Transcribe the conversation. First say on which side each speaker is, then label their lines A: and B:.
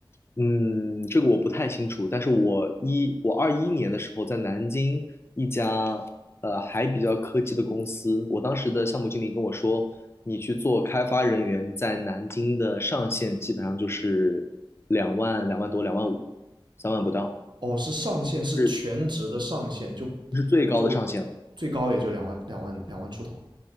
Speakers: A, on the left (about 30°); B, on the right (about 55°).
A: 嗯，这个我不太清楚，但是我一我二一年的时候在南京一家呃还比较科技的公司，我当时的项目经理跟我说，你去做开发人员，在南京的上限基本上就是两万、两万多、两万五、三万不到，
B: 哦，是上限，
A: 就是
B: 是全职的上限，就
A: 是最高的上限了。
B: 就最高也就两万两万两万出头。